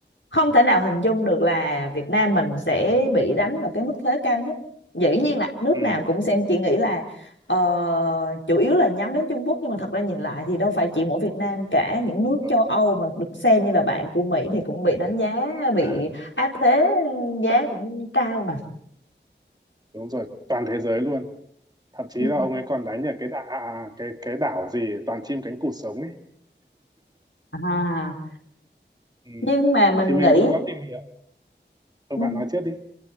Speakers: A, on the left; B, on the right.
A: không thể nào hình dung được là Việt Nam mình sẽ bị đánh vào cái mức thuế cao nhất dĩ nhiên là nước
B: Ừ,
A: nào cũng sẽ chỉ nghĩ là ờ, chủ yếu là nhắm đến Trung Quốc nhưng mà thật ra nhìn lại thì đâu phải chỉ mỗi Việt Nam cả những nước
B: đúng rồi.
A: châu Âu mà được xem như là bạn của Mỹ thì cũng bị đánh giá bị
B: À,
A: áp thế giá cũng cao mà.
B: đúng rồi, toàn thế giới luôn. Thậm chí
A: Ừ.
B: là ông ấy còn đánh ở cái đảo à, à, cái cái đảo gì toàn chim cánh cụt sống ấy.
A: À,
B: Ừ.
A: nhưng mà mình
B: Thì mình
A: nghĩ
B: cũng có tìm hiểu. Thôi
A: ừ,
B: bạn nói trước đi.